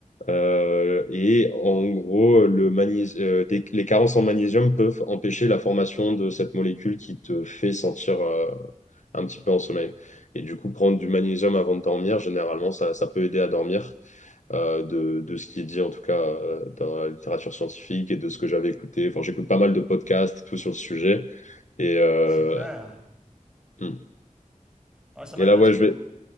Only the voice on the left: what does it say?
Euh, et en gros, le magnési- euh, des- les carences en magnésium peuvent empêcher la formation de cette molécule qui te fait sentir, euh, un petit peu en sommeil. Et du coup, prendre du magnésium avant de dormir, généralement, ça, ça peut aider à dormir, euh, de, de ce qui est dit en tout cas euh, dans la littérature scientifique et de ce que j'avais écouté. Enfin, j'écoute pas mal de podcasts et tout sur le sujet. Et, euh,
hmm.
et
là, ouais,
je vais,